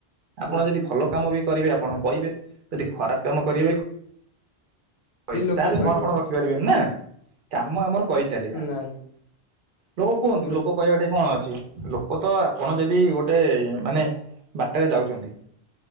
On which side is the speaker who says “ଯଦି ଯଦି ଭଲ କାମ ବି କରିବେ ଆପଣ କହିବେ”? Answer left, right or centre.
Right